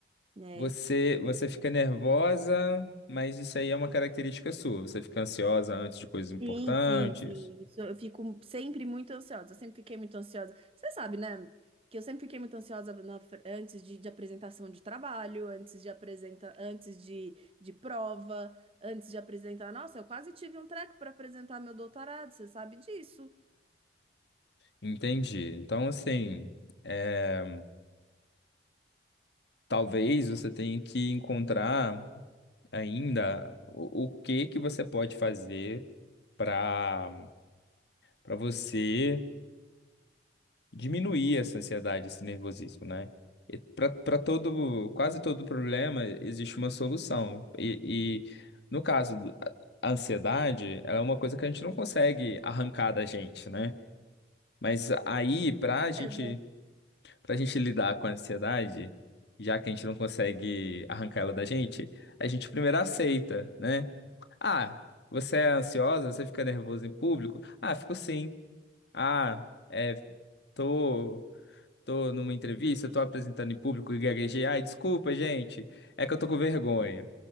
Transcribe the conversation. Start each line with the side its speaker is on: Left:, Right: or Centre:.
Right: né?
Left: Você, você fica nervosa, mas isso aí é uma característica sua. Você fica ansiosa antes de coisas importantes.
Right: Sim, sim, sim. Isso, eu fico sempre muito ansiosa. Eu sempre fiquei muito ansiosa. Você sabe, né? Que eu sempre fiquei muito ansiosa na fr- antes de, de apresentação de trabalho, antes de apresenta, antes de, de prova, antes de apresentar. Nossa, eu quase tive um treco para apresentar meu doutorado, você sabe disso.
Left: Entendi. Então, assim. é, Talvez você tenha que encontrar ainda o, o que que você pode fazer para para você diminuir essa ansiedade, esse nervosismo, né? Para todo, quase todo problema existe uma solução. E, e no caso, do- a ansiedade, ela é uma coisa que a gente não consegue arrancar da gente, né? Mas aí, para a gente
Right: Beleza.
Left: Pra gente lidar com a ansiedade, já que a gente não consegue arrancar ela da gente, a gente primeiro aceita, né? Ah, você é ansiosa? Você fica nervoso em público? Ah, fico sim. Ah, é, tô, tô numa entrevista, tô apresentando em público e gaguejei. Ai, desculpa, gente, é que eu tô com vergonha.